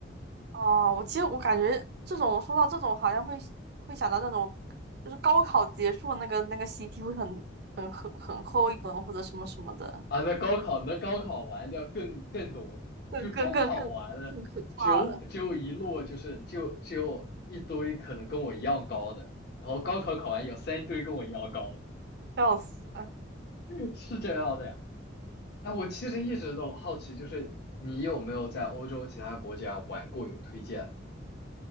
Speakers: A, on the right; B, on the left.
A: 哦，我其实我感觉这种说到这种，好像会会想到那种，就是高考结束那个那个习题会很很很很厚一本或者什么什么的，
B: 啊，那高考那高考完的更更多，
A: 更更更更更可怕了，
B: 就中考完了，就就一摞，就是就就一堆可能跟我一样高的，然后高考考完有三堆跟我一样高的，
A: 笑死！哎，
B: <laughs> 是这样的呀。哎，我其实一直都好奇，就是你有没有在欧洲其他国家玩过？有推荐